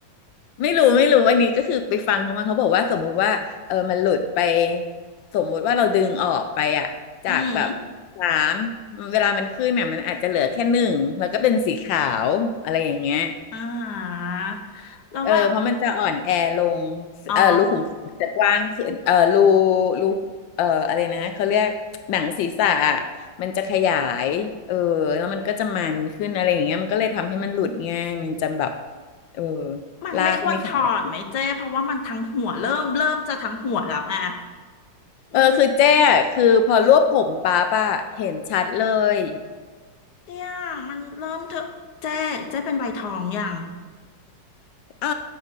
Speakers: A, on the left; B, on the left.
A: ไม่รู้ไม่รู้อันนี้ก็คือไปฟังเขามาเขาบอกว่าสมมุติว่าเออมันหลุดไปสมมุติว่าเราดึงออกไปอะจากแบบสาม
B: อืม
A: เวลามันขึ้นเนี่ยมันอาจจะเหลือแค่หนึ่งแล้วก็เป็นสีขาวอะไรอย่างเงี้ย
B: อ่าแล้วแบบ
A: เออเพราะมันจะอ่อนแอลง
B: อ๋อ
A: เออรูขุมขนมันจะกว้างขึ้นเออรูรูเอออะไรนะเขาเรียกหนังศีรษะอะมันจะขยายเออแล้วมันก็จะมันขึ้นอะไรอย่างเงี้ยมันก็เลยทำให้มันหลุดง่ายมันจะแบบเออ
B: มันไม่ควรถอนไหมเจ๊เพราะว่ามันทั้งหัวเริ่มเริ่มจะทั้งหัวแล้วไง
A: ลากไม่แข็งแรง
B: อืม
A: เออคือเจ๊อะคือพอรวบผมป๊าบอะเห็นชัดเลย
B: เนี่ยมันเริ่มเถอะเจ๊เจ๊เป็นวัยทองอย่าง
A: อ่า